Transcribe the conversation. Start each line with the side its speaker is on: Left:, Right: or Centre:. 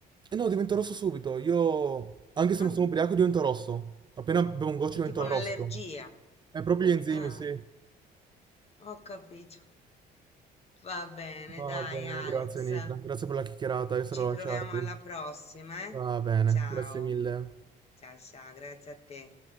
Right: E no, divento rosso subito. Io, anche se
Left: Ah,
Right: non sono ubriaco, divento rosso. Appena bevo un goccio
Left: è
Right: divento
Left: tipo un'allergia.
Right: rosso. È proprio gli enzimi,
Left: Ah,
Right: sì.
Left: ho capito. Va bene,
Right: Va
Left: dai
Right: bene,
Left: Alex.
Right: grazie Nicola. Grazie per la chiacchierata, io sarò
Left: Ci
Right: a
Left: troviamo
Right: lasciarti.
Left: alla prossima, eh?
Right: Va bene,
Left: Ciao,
Right: grazie mille.
Left: ciao, ciao, grazie a te.